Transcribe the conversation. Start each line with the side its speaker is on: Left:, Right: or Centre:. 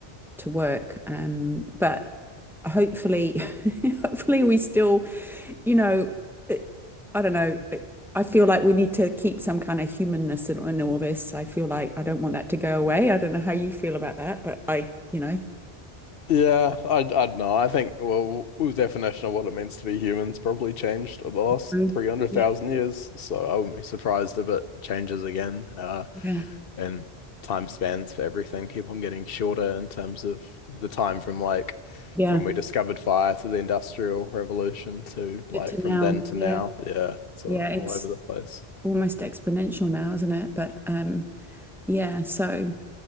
Centre: to work. Um, but hopefully, <laughs> hopefully we still, you know, it, I don't know. It, I feel like we need to keep some kind of humanness in, in all this. I feel like I don't want that to go away. I don't know how you feel about that, but I, you know,
Left: Yeah, I I don't know. I think well, the definition of what it means to be human's probably changed over the last
Centre: Mm.
Left: 300,000
Centre: yeah,
Left: years, so I wouldn't be surprised if it changes again. Uh,
Centre: yeah,
Left: and time spans for everything keep on getting shorter in terms of the time from like
Centre: yeah.
Left: when we discovered fire to the Industrial Revolution to like
Centre: Good to
Left: from
Centre: know.
Left: then to
Centre: Yeah,
Left: now. Yeah, it's
Centre: yeah.
Left: uh,
Centre: It's
Left: all over the place.
Centre: almost exponential now, isn't it? But um, yeah. So